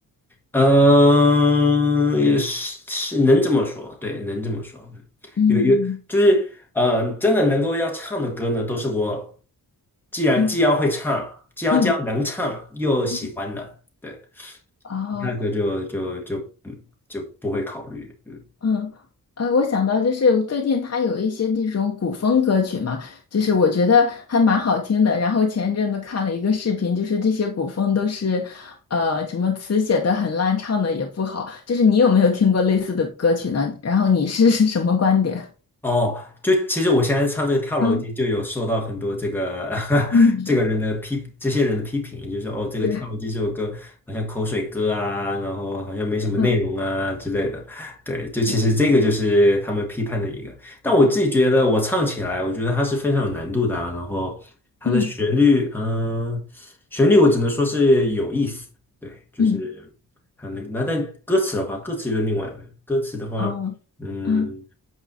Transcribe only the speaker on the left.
嗯
嗯
嗯嗯
哦，
嗯，呃，我想到就是最近他有一些这种古风歌曲嘛，就是我觉得还蛮好听的。然后前一阵子看了一个视频，就是这些古风都是，呃，什么词写的很烂，唱的也不好。就是你有没有听过类似的歌曲呢？然后你是 <laughs> 是什么观点？
嗯
嗯，
对，
嗯
对，
嗯
嗯，
哦，
嗯